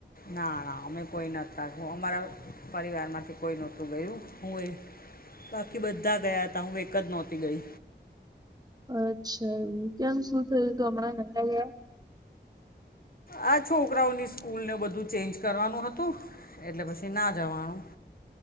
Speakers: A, on the left; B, on the right.
A: ના ના અમે કોઈ નહોતાું અમારા પરિવાર માંથી કોઈ નહોતું ગયું હું એ બાકી બધા ગયા હતા હું એક જ નહોતી ગઈ
B: અચ્છા એ કેમ શું થયું હતું હમણાં નતા ગયા
A: આ છોકરાઓની સ્કૂલને બધું ચેન્જ કરવાનું હતું એટલે પછી ના જવાનું